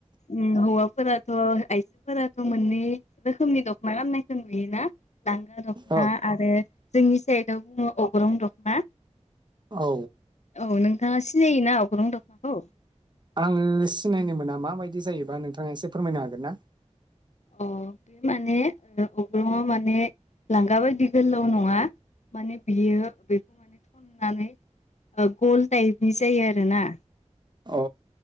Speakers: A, on the left; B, on the right.
A: ओम हौवा फोराथ' आइजोफोराथ' मोनै रोखोमनि दखना खालामनायखौ नुयोना? लांगा दखना
B: औ
A: आरो जोंनि साइडआव बुङो अग्रं दखना।
B: औ
A: औ नोंथाङा सिनायोना अग्रं दखनाखौ?
B: आङो सिनायनो मोना माबायदि जायोबा नोंथाङा एसे फोरमायनो हागोन ना?
A: अ बे माने अग्रंआ माने लांगा बायदि गोलाव नङा। माने बियो बेखौ माने थननानै गल टायपनि जायो आरोना।
B: अ।